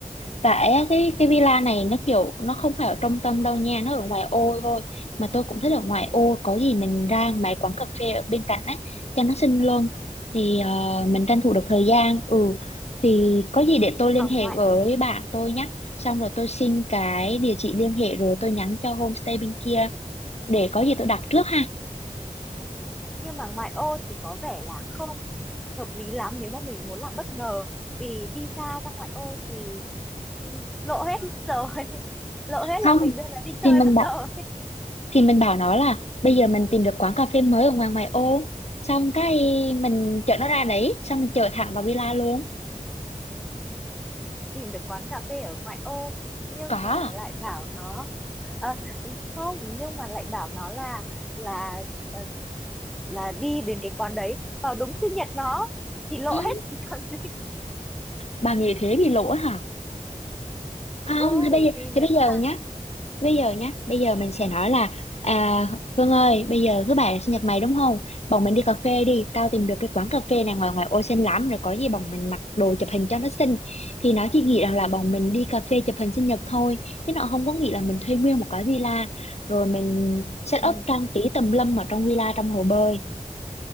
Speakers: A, on the left (about 50°); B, in the centre.
A: Tại á, cái cái villa này nó kiểu nó không phải ở trung tâm đâu nha, nó ở ngoài ô thôi. Mà tôi cũng thích ở ngoài ô, có gì mình ra mấy quán cà phê ở bên cạnh ấy cho nó xinh luôn. Thì ờ, mình tranh thủ
B: ừ.
A: được thời gian. Ừ thì có gì để
B: nhưng
A: tôi liên
B: mà
A: hệ
B: ngoại
A: với bạn tôi nhé. Xong rồi tôi xin cái địa chỉ liên hệ rồi tôi nhắn cho homestay bên kia để có gì tôi đặt trước ha.
B: nhưng mà ngoại ô thì có vẻ là không hợp lý lắm nếu mà mình muốn làm bất ngờ vì đi xa ra ngoại ô thì ừ, lộ hết mất rồi <laughs> lộ hết
A: Không
B: là mình đưa nó đi chơi
A: thì mình
B: mất
A: bảo
B: rồi <laughs>
A: thì mình bảo nó là bây giờ mình tìm được quán cà phê mới ở ngoài ngoại ô xong cái mình chở nó ra đấy xong mình chở thẳng vào villa luôn
B: tìm được quán cà phê ở ngoại ô nhưng
A: có
B: mà lại bảo nó ờ, không nhưng mà lại bảo nó là là ờ, là đi đến cái quán đấy vào đúng sinh nhật nó thì lộ
A: ừ,
B: hết <laughs> còn gì
A: bà nghĩ thế thì lỗi hả không
B: ừ
A: thế bây giờ
B: vì
A: thế
B: nếu
A: bây giờ
B: mà
A: nhá Bây giờ nhá, bây giờ mình sẽ nói là à, Hương ơi, bây giờ thứ bảy là sinh nhật mày đúng không? Bọn mình đi cà phê đi, tao tìm được cái quán cà phê này ngoài ngoài ô xinh lắm rồi có gì bọn mình mặc đồ chụp hình cho nó xinh. Thì nó chỉ nghĩ rằng là bọn mình đi cà phê chụp hình sinh nhật thôi, chứ nó không có nghĩ là mình thuê nguyên một cái villa rồi mình set
B: ừ
A: up trang trí tùm lum ở trong villa trong hồ bơi.